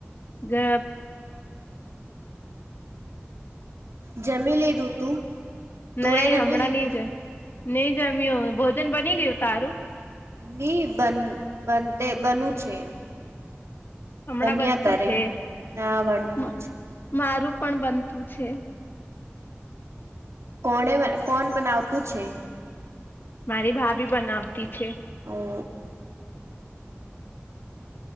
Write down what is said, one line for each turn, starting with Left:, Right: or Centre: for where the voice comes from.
Left: જે
Right: જમી લીધું તું તું
Left: નહી
Right: એ જમી
Left: હમણાં
Right: લીધું?
Left: નહી જ નહી જમ્યો. ભોજન બની ગયું તારું?
Right: ની બન બનતે બનુ છે.
Left: હમણાં
Right: બન્યા
Left: બનતું
Right: કરે
Left: છે
Right: હા બનતું
Left: માં
Right: છે
Left: મારું પણ બનતું છે.
Right: કોણે કોને બનાવતું છે?
Left: મારી ભાભી બનાવતી છે.
Right: હો